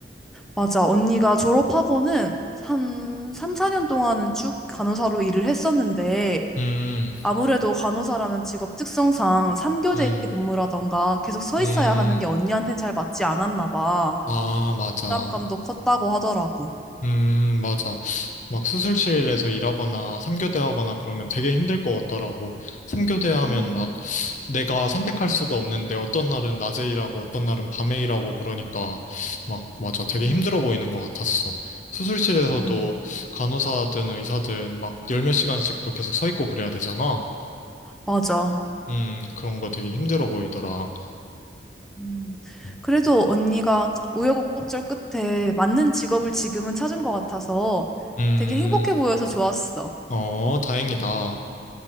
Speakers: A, in the centre; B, on the left.
A: 맞아. 언니가 졸업하고는 한 3, 4년 동안은 쭉 간호사로 일을 했었는데
B: 음,
A: 아무래도 간호사라는 직업 특성상 3교대
B: 음,
A: 근무라던가 계속 서
B: 음,
A: 있어야 하는 게 언니한텐 잘 맞지 않았나 봐.
B: 아, 맞아.
A: 부담감도 컸다고 하더라고.
B: 음, 맞아. 막 수술실에서 일하거나 삼교대 하거나 그러면 되게 힘들 것 같더라고. 삼교대 하면
A: 음,
B: 막 내가 선택할 수도 없는데 어떤 날은 낮에 일하고 어떤 날은 밤에 일하고 그러니까 막 맞아 되게
A: 음,
B: 힘들어 보이는 것 같았어. 수술실에서도
A: 음.
B: 간호사든 의사든 막 열몇 시간씩도 계속 서 있고 그래야 되잖아.
A: 맞아.
B: 음, 그런 거 되게 힘들어
A: 음,
B: 보이더라.
A: 음.
B: 음,
A: 그래도 언니가 우여곡절 끝에 맞는 직업을 지금은 찾은 것 같아서
B: 음,
A: 되게 행복해 보여서 좋았어.
B: 어, 다행이다.